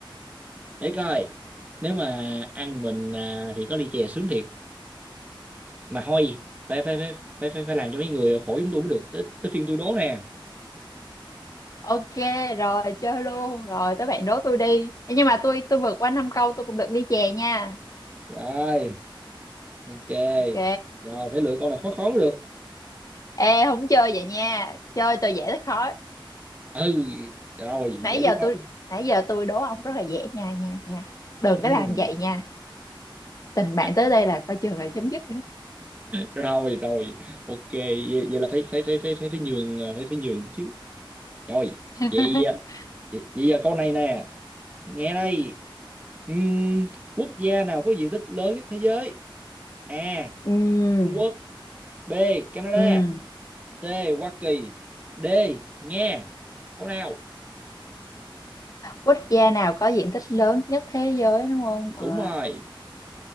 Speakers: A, on the right (about 15°); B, on the left (about 40°).
A: để coi nếu mà ăn mình à, thì có ly chè sướng thiệt mà thôi phải phải phải phải phải, phải làm cho mấy người khổ chúng tôi mới được tới, tới phiên tôi đố nè
B: Ok rồi chơi luôn Rồi tới bạn đố tôi đi Ê, Nhưng mà tôi tôi vượt qua năm câu tôi cũng được ly chè nha
A: rồi ok
B: Ok
A: rồi phải lựa con nào khó khó mới được
B: Ê không chơi vậy nha Chơi từ dễ tới khó
A: ừ rồi
B: Nãy
A: dễ
B: giờ
A: biết không
B: tôi nãy giờ tôi đố ông rất là dễ nha nha nha Đừng
A: ừ.
B: có làm vậy nha Tình bạn
A: À,
B: tới đây là coi chừng là chấm dứt
A: rồi rồi ok vậy, vậy là phải phải phải phải phải phải nhường à, phải phải nhường tí xíu Rồi,
B: <laughs>
A: vậy, vậy, vậy giờ câu này nè, nghe đây. Ừm, quốc gia nào có diện tích lớn nhất thế giới? A.
B: Ừm,
A: Trung Quốc B. Canada
B: ừm.
A: C. Hoa Kỳ D. Nga Câu nào?
B: Quốc gia nào có diện tích lớn nhất thế giới đúng không?
A: Đúng
B: À,
A: rồi